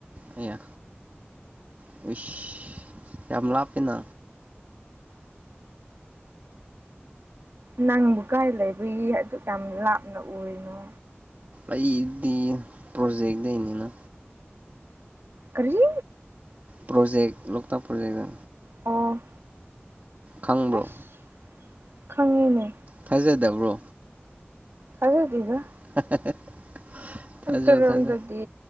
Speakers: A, on the right (about 40°); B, on the right (about 65°).
A: ꯑꯩꯌꯥ ꯑꯩꯏꯁ ꯌꯥꯝ ꯂꯥꯞꯄꯤꯅ
B: ꯅꯪꯕꯨ ꯀꯥꯏ ꯂꯩꯕꯒꯤ ꯑꯗꯨꯛ ꯌꯥꯝ ꯂꯥꯞꯅ ꯎꯔꯤꯅꯣ
A: ꯑꯩꯗꯤ ꯄ꯭ꯔꯣꯖꯦꯛꯗꯩꯅꯤꯅ
B: ꯀꯔꯤ
A: ꯄ꯭ꯔꯣꯖꯦꯛ ꯂꯣꯛꯇꯥꯛ ꯄ꯭ꯔꯣꯖꯦꯛꯗ
B: ꯑꯣ
A: ꯈꯪꯕ꯭ꯔꯣ
B: ꯑꯁ ꯈꯪꯉꯦꯅꯦ
A: ꯊꯥꯖꯗꯕ꯭ꯔꯣ
B: ꯊꯥꯖꯗꯦꯗ
A: <unintelligible>
B: ꯑꯟꯇꯛꯔꯣꯝꯗꯗꯤ
A: ꯊꯥꯖꯧ